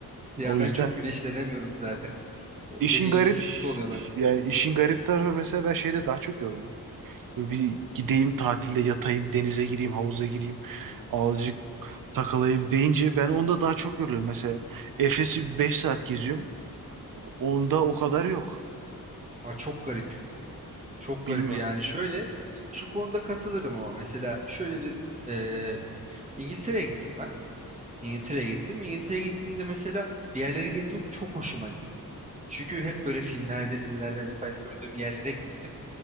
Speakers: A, on the right; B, on the right.
A: Ya
B: o
A: ben
B: yüzden
A: çok güneşlenemiyorum zaten. O
B: işin
A: dediğin
B: garip
A: gibi sıkıntı oluyor bende.
B: yani işin garip tarafı mesela ben şeyde daha çok yoruluyorum. Böyle bir gideyim tatilde yatayım, denize gireyim, havuza gireyim, azıcık takılayım deyince ben onda daha çok yoruluyorum. Mesela Efes'i 5 saat geziyorum. Onda o kadar yok.
A: Aa, çok garip. Çok garip
B: Bilmiyorum.
A: yani. Şöyle şu konuda katılırım ama mesela şöyle bir e, İngiltere'ye gittim ben. İngiltere'ye gittim. İngiltere'ye gittiğimde mesela bir yerleri gezmek çok hoşuma gitti. Çünkü hep böyle filmlerde, dizilerde vesaire gördüğüm yerlere gittim.